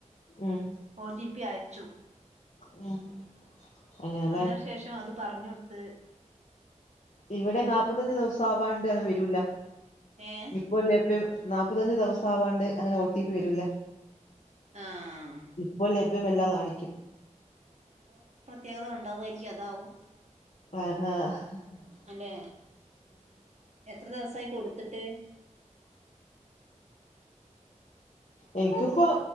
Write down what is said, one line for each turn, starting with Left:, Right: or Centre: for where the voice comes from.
Left: ഉം
Right: ഒ ടി പി അയച്ചു
Left: ഉം. അങ്ങനെല്ലേ
Right: അന്നേന് ശേഷം അത് പറഞ്ഞൊട്ത്ത്
Left: ഇവടെ നാല്പ്പത്തഞ്ച് ദിവസാവാണ്ട് അങ്ങനെ വെരൂല്ല
Right: ഏഹ്
Left: ഇപ്പോ ലഭ്യം നാപ്പത്തഞ്ച് ദിവസാവാണ്ട് അങ്ങനെ ഓ ടി പി വരൂല്ല
Right: ആഹ്
Left: ഇപ്പോ ലഭ്യമെല്ലാ കാണിക്കും
Right: അങ്ങനെ പ്രത്യേകത ഉണ്ടാവുമായിരിക്കും അതാവും.
Left: ആഹ ആഹ ആ
Right: അല്ലെ എത്ര ദെവസായി കൊട്ത്ത്ട്ട്?
Left: എനിക്കിപ്പൊ